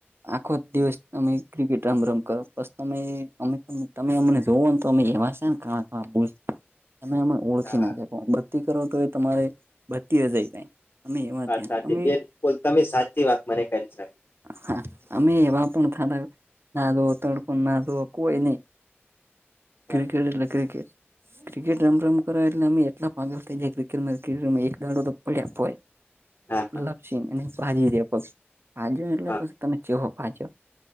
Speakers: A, on the right (about 65°); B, on the left (about 55°).
A: આખો દિવસ તમે ક્રિકેટ રમ રમ કરો બસ તમે અમે તમે અમને જોવઓ <inaudible> ને તો અમે એવા છે ને ક ક બ તમેમ <inaudible> ઓળખી
B: હા
A: નાખે પણ ભક્તિ કરો તો એ તમારે ભક્તિ એ જઈ જાય અમે એવા
B: વાત
A: ત્યાં
B: સાચી
A: અમે
B: બેન બોલ તમે સાચી વાત મને કરી છે
A: હા અમે એવા પણ થતા <inaudible> નાધો તડકો ના દો કોઈ નહી ક્રિકેટ
B: હા
A: એટલે ક્રિકેટ ક્રિકેટ રમ રમ કર એટલે અમે એટલા પાગલ ક્રિકેટ એક <inaudible> ગાો આપ હોય
B: હા હા
A: લપસી અને ભાજી દે પગ ભાજ્યો એટલે
B: હા
A: પછી તમે ચહો ભાજ્યો